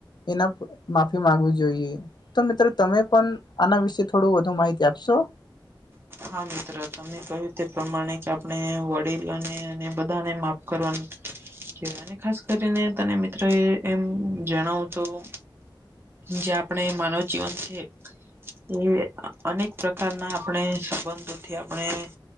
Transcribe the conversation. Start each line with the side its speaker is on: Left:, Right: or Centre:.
Left: એના માફી માંગવી જોઈએ. તો મિત્રો તમે પણ આના વિશે થોડું વધુ માહિતી આપશો.
Right: હા મિત્ર તમે કહ્યું તે પ્રમાણે કે આપણે વડીલોને અને બધાને માફ કરવાનું- અને ખાસ કરીને તને મિત્રો એ એમ જણાવું તો- જે આપણે માનવ જીવન છે. એ અનેક પ્રકારના આપણે સંબંધોથી આપણે-